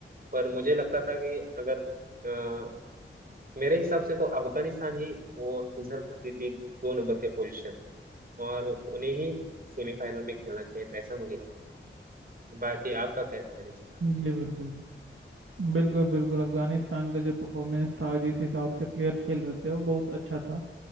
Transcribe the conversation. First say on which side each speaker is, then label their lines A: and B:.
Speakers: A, on the right; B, on the right.
A: पर मुझे लगता था कि अगर अ, मेरे हिसाब से तो अफगानिस्तान ही वो डिजर्व करती थी दो नंबर के पोजीशन और उन्हें ही सेमीफाइनल में खेलना चाहिए था ऐसा मुझे लगता है बाकी आपका क्या कहना है इस पर
B: जी बिल्कुल बिल्कुल बिल्कुल अफगानिस्तान का जो परफॉर्मेंस था जिस हिसाब से प्लेयर खेल रहे थे वो बहुत अच्छा था